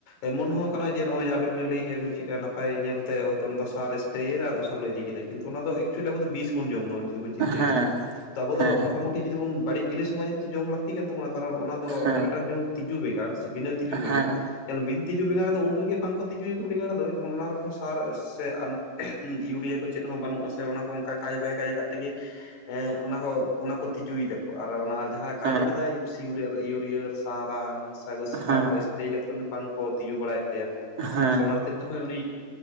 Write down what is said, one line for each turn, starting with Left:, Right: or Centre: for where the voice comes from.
Left: ᱮᱢᱚᱱ ᱦᱚᱸ ᱠᱟᱱᱟ ᱡᱮ ᱱᱚᱦᱚᱭ ᱟᱵᱮᱱ ᱵᱮᱱ ᱞᱟᱹᱭ ᱠᱮᱫ ᱵᱮᱱ ᱪᱮᱫᱠᱟ ᱱᱟᱯᱟᱭ ᱧᱮᱞᱛᱮ ᱦᱳᱭᱛᱚ ᱥᱟᱨ ᱥᱯᱨᱮᱭᱮᱫᱟ ᱟᱫᱚ ᱤᱫᱤ ᱠᱮᱫᱟ ᱠᱤᱱᱛᱩ ᱚᱱᱟ ᱮᱠᱪᱚᱞᱤ ᱟᱵᱚᱱ ᱵᱤᱥ ᱵᱚᱱ ᱡᱚᱢᱫᱟᱵᱚᱱᱚᱱ ᱪᱛᱟᱹᱭᱟᱵᱚᱱ
Right: ᱦᱮᱸ
Left: ᱟᱵᱚ ᱫᱚ
Right: ᱦᱮᱸ
Left: ᱢᱚᱴᱟ ᱢᱩᱴᱤ ‌ᱡᱩᱫᱤ ᱵᱚᱱ ᱵᱟᱲᱤᱡ ᱡᱤᱱᱤᱥ ᱢᱟᱡᱮ ᱢᱟᱡᱮ ᱪᱮ ᱡᱚᱢ ᱞᱟᱠᱛᱤ ᱠᱟᱱ ᱛᱟᱵᱚᱱᱟ ᱠᱟᱨᱚᱱ ᱚᱱᱟ ᱫᱚ
Right: ᱦᱮᱸ
Left: ᱚᱱᱮ ᱢᱤᱫᱴᱟᱱ ᱡᱮᱢᱚᱱ ᱛᱤᱡᱩ ᱵᱮᱸᱜᱟᱲ ᱥᱮ᱾ ᱵᱤᱱᱟᱹ ᱛᱤᱡᱩ ᱵᱮᱸᱜᱟᱲ
Right: ᱦᱮᱸ
Left: ᱧᱮᱞ ᱵᱤᱱ ᱛᱤᱡᱩ ᱵᱮᱜᱟᱲ ᱨᱮᱫᱚ ᱩᱱ ᱨᱮᱜᱮ ᱵᱟᱝ ᱠᱚᱼᱼ ᱛᱤᱡᱩ ᱭᱟᱠᱚ ᱵᱮᱸᱜᱟᱲ ᱫᱚ ᱡᱮᱢᱚᱱ ᱚᱱᱟ ᱨᱚ ᱠᱚᱱᱚ ᱥᱟᱨ ᱥᱮ ᱟᱱᱟ ᱩᱸ ᱭᱩᱨᱤᱭᱟᱹ ᱠᱚᱼᱼ ᱪᱮᱫ ᱦᱚᱸ ᱵᱟᱱᱩᱜ-ᱟ ᱥᱮ ᱚᱱᱟ ᱠᱚ ᱚᱱᱠᱟ ᱠᱟᱡᱽ ᱵᱟᱭ ᱠᱟᱡᱽ ᱟᱠᱟᱜ ᱛᱮᱜᱮᱼ ᱮᱜ ᱚᱱᱟ ᱠᱚ-ᱚᱱᱟ ᱠᱚ ᱛᱤᱡᱩᱭ ᱫᱟᱠᱚ ᱟᱨᱚ ᱚᱱᱟᱼᱼ ᱡᱟᱦᱟᱸ ᱠᱟᱡᱽ
Right: ᱦᱮᱸ
Left: ᱟᱠᱟ ᱫᱟᱭ ᱵᱤᱥᱤ ᱭᱩᱨᱤᱭᱟᱹ ᱭᱩᱨᱤᱭᱟᱹ ᱥᱟ ᱨᱟᱱ ᱥᱟᱜᱚᱥ
Right: ᱦᱮᱸ
Left: ᱨᱟᱱ ᱠᱚ ‌ᱮᱥᱼᱼ ᱞᱟᱹᱭ ᱠᱟᱛᱮ ᱠᱚ ᱵᱟᱝ ᱠᱚ ᱛᱤᱡᱩ ᱵᱟᱲᱟᱭᱮᱜ ᱛᱟᱭᱟ ᱠᱚ
Right: ᱦᱮᱸ ᱦᱮᱸ
Left: ᱥᱚ ᱚᱱᱟ ᱦᱚᱛᱮᱡᱼᱼ ᱛᱮ ᱦᱚᱸᱭ ᱩᱱᱤ